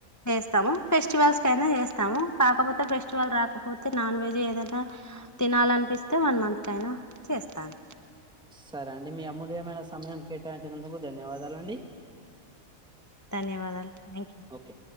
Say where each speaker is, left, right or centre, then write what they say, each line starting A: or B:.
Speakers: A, on the left (about 20°); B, in the centre.
A: చేస్తాము ఫెస్టివల్స్ కయినా చేస్తాము కాకపో తె ఫ్రెష్ ఫెస్టివల్ రాకపోతే నాన్ వెజ్ ఏదైనా తినాలనిపిస్తే వన్ మంత్ కయినా చేస్తాన్
B: సరే అండి మీ అమూల్యమైన సమయం కేటాయించినందుకు ధన్యవాదాల్ అండి
A: ధన్యవాదాలు థ్యాంక్ యూ
B: ఓకే